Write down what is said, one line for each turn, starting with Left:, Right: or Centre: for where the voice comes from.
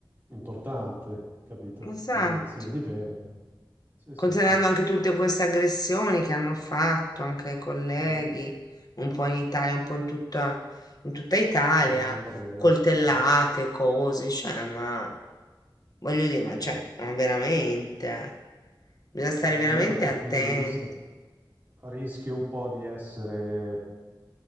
Right: importante, capito?
Left: esatto.
Right: Quindi sì, dipende. Sì,
Left: Considerando
Right: sì, sì.
Left: anche tutte queste aggressioni che hanno fatto anche ai colleghi,
Right: Mm.
Left: un po' in Italia, un po' in tutta, in tutta Italia,
Right: No, non va bene.
Left: coltellate,
Right: Mm.
Left: cose, cioè, ma voglio dire, ma
Right: No.
Left: cioè, ma veramente, eh, bisogna stare
Right: No,
Left: veramente
Right: io da quel
Left: attenti.
Right: punto di vista. rischi un po' di essere,